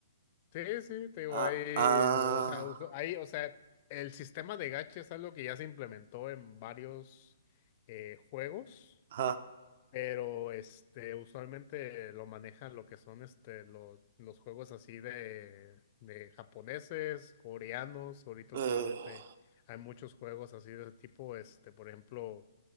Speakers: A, on the left; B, on the right.
A: Sí, sí, te digo,
B: Ah,
A: ahí,
B: ah,
A: o sea, us- ahí, o sea, el sistema de gacha es algo que ya se implementó en varios eh, juegos,
B: ajá.
A: pero este, usualmente lo manejan lo que son este, los, los juegos así de, de japoneses, coreanos, ahorita
B: Eh,
A: últimamente hay muchos juegos así de ese tipo, este, por ejemplo.